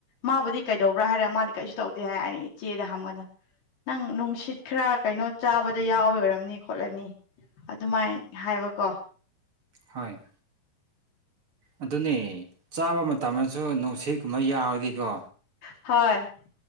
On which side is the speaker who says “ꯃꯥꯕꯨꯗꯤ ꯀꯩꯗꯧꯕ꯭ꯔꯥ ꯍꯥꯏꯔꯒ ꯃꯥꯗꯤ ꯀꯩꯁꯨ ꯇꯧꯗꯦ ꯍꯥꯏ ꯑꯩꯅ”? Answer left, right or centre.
Left